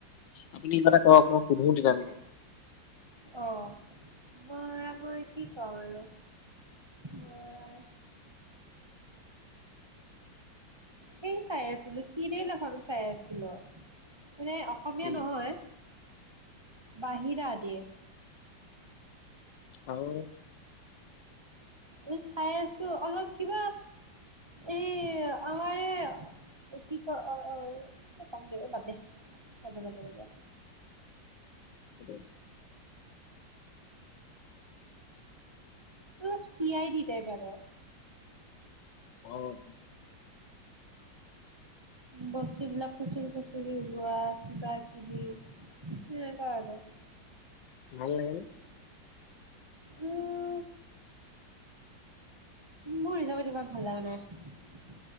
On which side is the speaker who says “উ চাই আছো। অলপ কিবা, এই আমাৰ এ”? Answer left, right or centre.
Right